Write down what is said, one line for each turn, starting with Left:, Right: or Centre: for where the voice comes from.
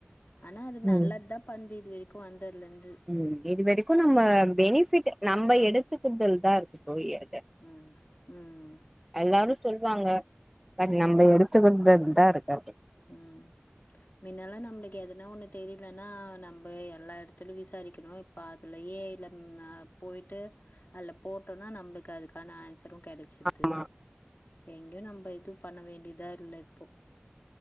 Left: ஆனா அது நல்லது
Centre: ம்
Left: தா பந்து இது வரைக்கு வந்ததுல இருந்து
Centre: ம் இதுவரைக்கும் நம்ம பெனிஃபிட் நம்ப எடுத்துக்குதல் தா இருக்கு தோழி அது
Left: ம். ம்
Centre: எல்லாரு சொல்லுவாங்க பட்
Left: ம்.
Centre: நம்ப எடுத்துக்கிறது தா இருக்கு
Left: ம் மின்னலா நம்ளுக்கு எதனா ஒண்ணு தெரியனுன்னா நம்ம எல்லா எடத்லயு விசாரிக்கணு ப்ப அதுலயே இல்ல மெ பொய்ட்டு அதுல போட்டோனா நம்ளுக் அதுக்கான ஆன்சரும் கெடைச்சுருது
Centre: ஆமா
Left: இப்ப எங்கயு நம்ம இது பண்ண வேண்டியதா இல்ல இப்போ